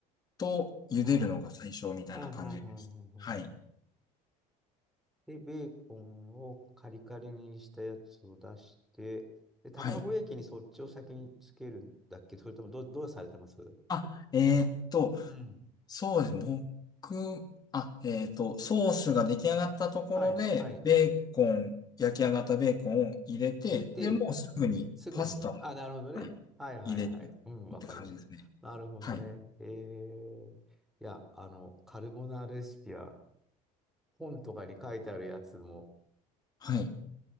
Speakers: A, on the left; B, in the centre.
A: と茹でるのが最初みたいな感じです。
B: うん、うん、うん、うん、うんうん
A: はい。
B: で、ベーコンをカリカリにしたやつを出して、で、卵液にそっちを先につけるんだっけそれともど、
A: はい。
B: どうされてます
A: あ、えーっと、
B: うん。
A: そうです。僕、あ、えーっと、ソースが出来上がったところで、
B: はい、はい。
A: ベーコン、焼き上がったベーコンを入れて、
B: 入れて、
A: で、もうすぐにパスタも
B: すぐに。あ、なるほどね。
A: はい入れて
B: はいはいはい。うん、わかります。
A: って感じですね。
B: なるほどね。
A: はい。
B: えー、いや、あの、カルボナーラレシピは本とかに書いてあるやつも、
A: はい。